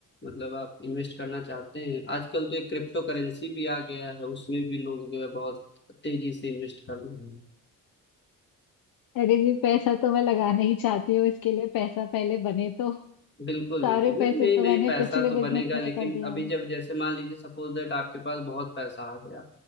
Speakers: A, on the left; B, on the left.
A: मतलब आप इन्वेस्ट करना चाहते हैं आजकल तो एक क्रिप्टो करेंसी भी आ गया है उसमें भी लोग जो है बहुत तेजी से इन्वेस्ट कर रहे हैं
B: अरे जी पैसा तो मैं लगाना ही चाहती हूँ इसके लिए पैसा पहले बने तो
A: बिल्कुल
B: सारे
A: बिल्कुल नहीं
B: पैसे
A: नहीं
B: तो
A: नहीं
B: मैंने
A: पैसा
B: पिछले
A: तो
B: बिजनेस
A: बनेगा
B: में
A: लेकिन
B: कर दिया
A: अभी जब जैसे मान लीजिए सपोज दैट आपके पास बहुत पैसा आ गया